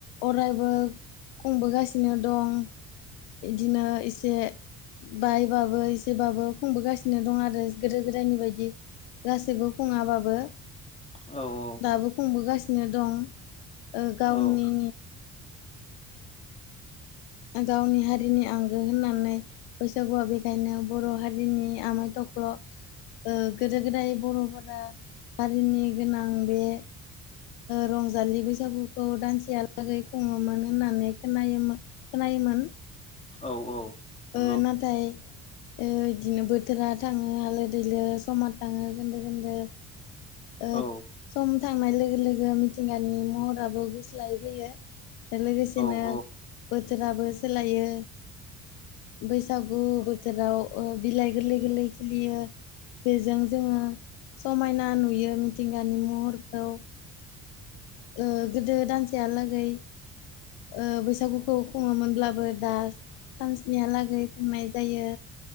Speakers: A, on the left; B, on the left.
A: अरायबो खुंबोगासिनो दं इदिनो एसे बायबाबो एसेबाबो खुंबोगासिनो दं आरो गोदो गोदायनि बायदि गासैबो खुङाबाबो।
B: औ
A: दाबो खुंबोगासिनो दं ओ-गावनि
B: औ
A: गावनि हारिनि आंगो होननानै। बैसागुआव बेखायनो बर हारिनि आमाइ थख्ल। ओ-गोदो गोदाय बरफोरा हारिनि गोनां बे रंजालि बैसागुखौ दानसेयालागै खुङोमोन होननानै खोनायोमोन। खोनायोमोन
B: औ औ नंगौ
A: ओ-नाथाय ओ-बिदिनो बोथोरा थाङो आलो-दैलो समाव थाङो गोनदो-गोनदो। ओ
B: औ नंगौ औ
A: सम थांनाय लोगो-लोगो मिथिंगानि महराबो गुस्लायबोयो। लोगोसेनो
B: औ
A: बोथोराबो सोलायो बैसागु बोथ- राव बिलाइ गोरलै गोरलै खिलियो बेजों जोङो समायना नु नुयो मिथिंगानि महरखौ ओ गोदो दानसेहालागै ओ-बैसागुखौ खुङोमोनब्लाबो दा सानस्निहालागै खुंनाय जायो।